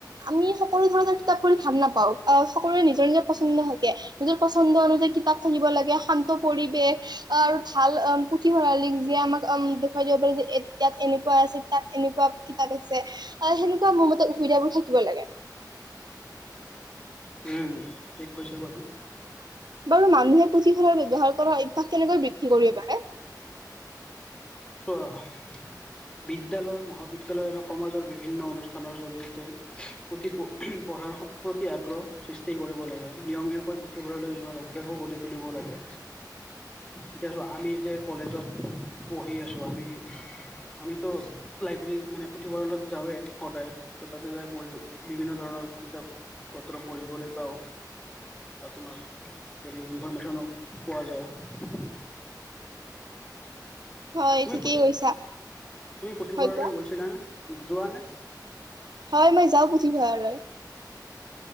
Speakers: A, on the right; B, on the left.
A: আমি সকলো ধৰণৰ কিতাপবোৰ ভাল নাপাওঁ, আহ সকলোৰে নিজৰ নিজৰ পচন্দ থাকে। নিজৰ পচন্দ অনুযায়ী কিতাপ থাকিব লাগে, শান্ত পৰিৱেশ। অ আৰু ভাল অ পুথিভঁৰালিক যিয়ে আমাক দেখুৱাই দিব পাৰে যে তাত এনেকুৱা আছে তাত এনেকুৱা। কিতাপ আছে আৰু সেনেকুৱা মোৰ মতে সুবিধা বোৰ থাকিব লাগে।
B: উম ঠিক কৈছে বাৰু।
A: বাৰু মানুহে পুথিভঁৰাল ব্যৱহাৰ কৰাাৰ অভ্যাস কেনেকৈ বৃদ্ধি কৰিব পাৰে।
B: চোৱা। বিদ্যালয় মহাবিদ্যয়ালয় আৰু সমাজৰ বিভিন্ন অনুষ্ঠানৰ জৰিয়তে। পুথি পঢ়াৰ প্ৰতি আগ্ৰহ সৃষ্টি কৰিব লাগে নিয়মীয়াকৈ পুথিভঁৰাললৈ যোৱাৰ অভ্যাসো গঢ়ি। তুলিব লাগে।
A: <unintelligible> <inaudible>
B: এতিয়া আমি যে কলেজত পঢ়ি আছোঁ আমি আমিতো লাইব্ৰেৰীত মানে পুথিভঁৰালত যাওঁৱেই সদায়। তথাপি যাই পঢ়ি বিভিন্ন ধৰণৰ কিতাপ পত্ৰ পঢ়িবলৈ পাওঁ। আৰু তোমাৰ হেৰি ইনফৰৰ্মেশ্যনো পোৱা যায়।
A: হয়
B: তুমি
A: ঠিকেই
B: পুথি
A: কৈছা
B: তুমি পুথিভঁৰাললৈ
A: হয় কোৱা
B: গৈছিলানে যোৱাানে?
A: হয় মই যাওঁ পুথিভঁৰাললৈ।